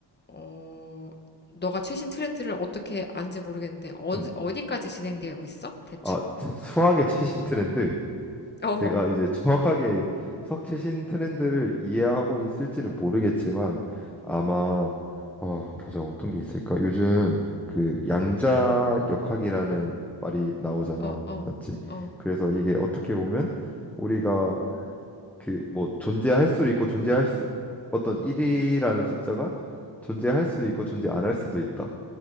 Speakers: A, on the left; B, in the centre.
A: 어, 너가 최신 트렌드를 어떻게 아는지 모르겠는데, 어,
B: 음.
A: 어디까지 진행되고 있어? 대충?
B: 아, 참, 수학의 최신 트렌드.
A: 어, 어,
B: 내가 이제 정확하게 수학 최신 트렌드를 이해하고 있을지는 모르겠지만 아마
A: 음,
B: 어, 보자. 어떤 게 있을까? 요즘 그 양자 역학이라는 말이 나오잖아.
A: 어, 어,
B: 맞지?
A: 어,
B: 그래서 이게 어떻게 보면 우리가 그 뭐 존재할 수도 있고 존재할 수 어떤 1이라는 숫자가 존재할 수도 있고 존재 안 할 수도 있다.